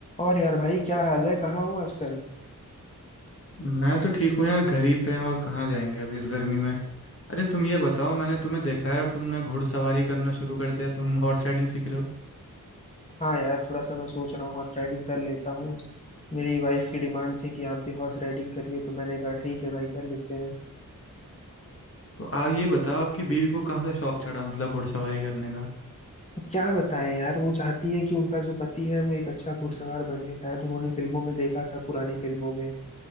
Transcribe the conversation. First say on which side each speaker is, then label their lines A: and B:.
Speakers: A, on the left (about 20°); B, on the left (about 40°).
A: और यार भाई क्या हाल है कहाँ हूँ आजकल
B: मैं तो ठीक हूँ यार घर ही पे हैं और कहाँ जाएंगे अभी इस गर्मी में अरे तुम ये बताओ मैंने तुम्हें देखा है और तुमने घुड़सवारी करना शुरू कर दिया तुम हॉर्स राइडिंग सीख रहे हो
A: हाँ यार थोड़ा सा मैं सोच रहा हूँ हॉर्स राइडिंग कर लेता हूँ मेरी वाइफ की डिमांड थी कि आप भी हॉर्स राइडिंग करिए तो मैंने कहा ठीक है भाई कर लेते हैं
B: तो आप ये बताओ आपकी बीवी को कहाँ से शौक चढ़ा मतलब घुड़सवारी करने का
A: क्या बताएं यार वो चाहती है कि उनका जो पति है वो एक अच्छा घुड़सवार बने शायद उन्होंने फिल्मों में देखा था पुरानी फिल्मों में